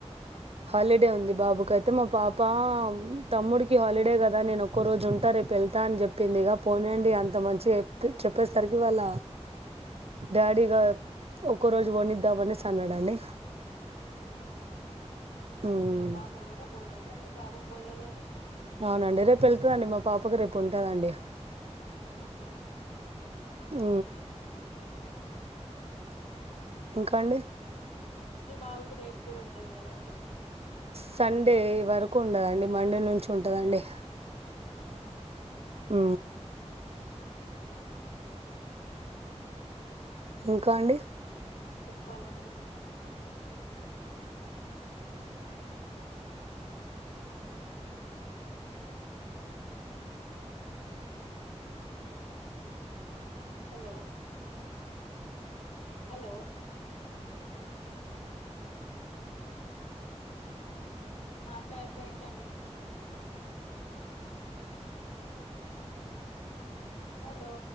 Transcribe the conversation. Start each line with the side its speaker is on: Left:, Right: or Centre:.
Right: హాలిడే ఉంది బాబుకైతే మా పాపామ్ తమ్ముడికి హాలిడే గదా నేను ఒక్కో రోజుంటా రేపెళ్తా అన్ జొప్ ప్పిందిగా పోనీయండి ఇగ అంత మంచిగా ఎప్పి చెప్పేసరికి వాళ్ళ డాడీగా ఒక్కో రోజు వోనిద్దాం అనేసి అన్నాడాండి
Left: ఊహు
Right: హ్మ్.
Left: మీ బాప గుడ బోలేదా మీ బాబు పోలేదని
Right: అవునండి రేపు ఎళ్తదండి మా పాపకి రేపుంటాదండి
Left: ఊహు
Right: ఉ ఇంకా అండి
Left: మీ బాబుకు రేప్ గూడండదు గదండి
Right: సండే వరకు ఉండదండి మండే నుంచి ఉంటదండి
Left: ఊ
Right: ఊ ఇంకా అండి
Left: చొప్పాలండి హలో హలో మాట్లార్రేటండి హలో